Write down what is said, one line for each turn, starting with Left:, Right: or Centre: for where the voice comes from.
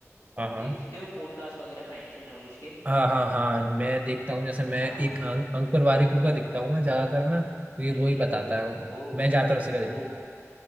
Right: हाँ हाँ
Left: देखते हो पॉडकास्ट वगैरह फाइनेंशियल नॉलेज के
Right: हाँ हाँ हाँ मैं देखता हूँ जैसे मैं
Left: हाँ
Right: एक अं, अंकुर वारिक का देखता हूँ मैं ज्यादातर मैं क्योंकि
Left: बिल्कुल
Right: वो ही बताता
Left: बिल्कुल
Right: हूँ
Left: वो
Right: मैं ज्यादातर उसी का
Left: वो
Right: देखता हूँ